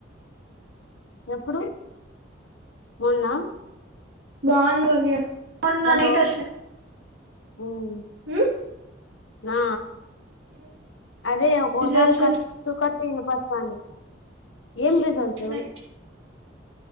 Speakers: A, on the left; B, on the right.
A: ఎప్పుడు మొన్నా
B: బాగున్న బవ్య మొన్న
A: హలో
B: నైట్ వచ్చిన
A: ఉమ్,
B: ఉ
A: నా అదే ఒకోసారి
B: రిజల్ట్స్
A: కట్ కట్ పిండి కొస్తాంది ఏం రిజల్ట్స్
B: వచ్చినాయి